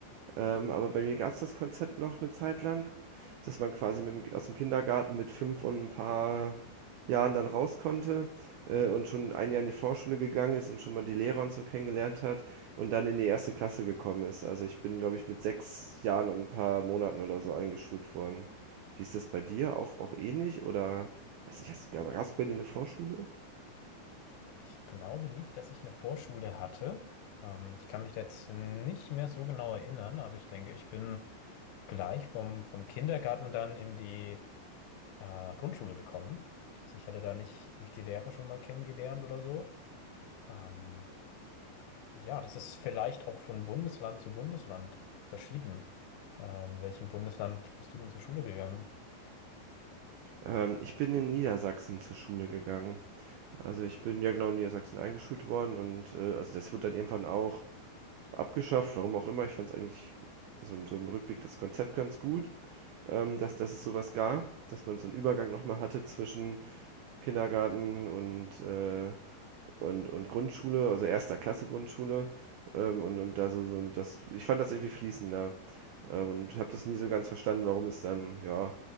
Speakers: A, on the right (about 80°); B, on the left (about 80°).
A: Ähm, aber bei mir gab es das Konzept noch eine Zeit lang. dass man quasi mit dem, aus dem Kindergarten mit fünf und ein paar Jahren dann raus konnte äh, und schon ein Jahr in die Vorschule gegangen ist und schon mal die Lehrer und so kennengelernt hat und dann in die erste Klasse gekommen ist. Also ich bin, glaube ich, mit sechs Jahren und ein paar Monaten oder so eingeschult worden. Wie ist das bei dir? Auch, auch ähnlich? Oder weiß nicht, gab es bei dir eine Vorschule?
B: Ich glaube nicht, dass ich eine Vorschule hatte. Ähm, ich kann mich da jetzt nicht mehr so genau erinnern, aber ich denke, ich bin gleich vom, vom Kindergarten dann in die äh, Grundschule gekommen. Also ich hatte da nicht, nicht die Lehrer schon mal kennengelernt oder so. Ähm, ja, das ist vielleicht auch von Bundesland zu Bundesland verschieden. Äh, in welchem Bundesland bist du denn zur Schule gegangen?
A: Ähm, ich bin in Niedersachsen zur Schule gegangen. Also ich bin ja genau in Niedersachsen eingeschult worden und äh, also das wurde dann irgendwann auch abgeschafft, warum auch immer. Ich fand es eigentlich also in so im Rückblick das Konzept ganz gut, ähm, dass, dass es sowas gab, dass man so einen Übergang nochmal hatte zwischen Kindergarten und, äh, und, und Grundschule, also erster Klasse Grundschule. Ähm, und, und da so, so das, ich fand das irgendwie fließender ähm, und habe das nie so ganz verstanden, warum es dann, ja,